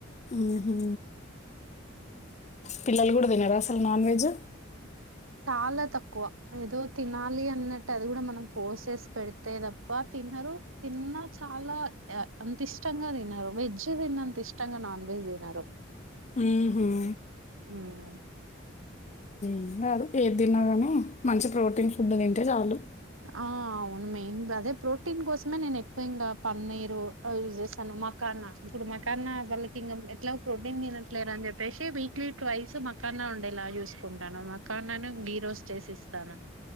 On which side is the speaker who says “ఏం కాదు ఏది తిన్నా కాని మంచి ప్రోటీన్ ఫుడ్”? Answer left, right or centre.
Left